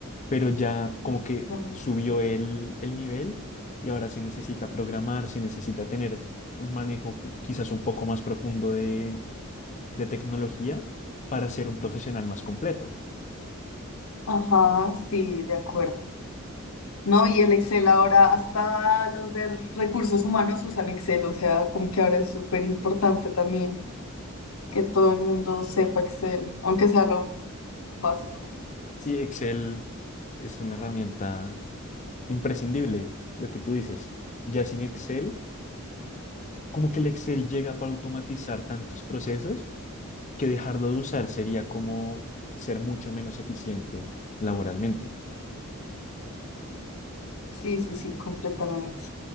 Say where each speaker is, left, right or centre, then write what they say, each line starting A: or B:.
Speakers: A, on the left; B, on the left.
A: Pero ya como que
B: Supongo,
A: subió
B: sí.
A: el, el nivel y ahora se necesita programar, se necesita tener un manejo quizás un poco más profundo de, de tecnología para ser un profesional más completo.
B: Ajá, sí, de acuerdo. No, y el Excel ahora, hasta los de recursos humanos usan Excel, o sea, como que ahora es súper importante también que todo el mundo sepa Excel, aunque sea lo básico.
A: Sí, Excel es una herramienta imprescindible, lo que tú dices. Ya sin Excel, como que el Excel llega para automatizar tantos procesos que dejarlo de usar sería como ser mucho menos eficiente laboralmente.
B: Sí, sí, sí, completamente.